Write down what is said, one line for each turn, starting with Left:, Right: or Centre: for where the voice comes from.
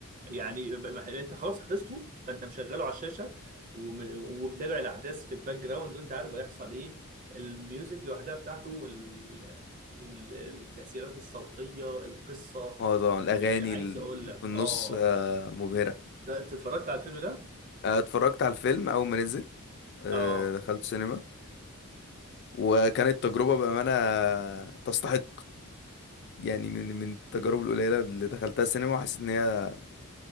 Right: يعني ب- ب- يعني انت خلاص حفظته فانت مشغله على الشاشه وم- ومتابع الاحداث في الباك جراوند وانت عارف هيحصل ايه الميوزك لوحدها بتاعته وال... والتاثيرات الصوتيه القصه
Left: اه طبعا الاغاني
Right: مش عايز
Left: اللي
Right: اقول لك
Left: في النص
Right: اه
Left: آه، مبهره
Right: ده انت اتفرجت على الفيلم ده؟
Left: آه، اتفرجت على الفيلم اول ما نزل آه،
Right: اه
Left: دخلت سينما وكانت تجربة بأمانة تستحق يعني من من التجارب القليلة اللي دخلتها السينما وحسيت إن هي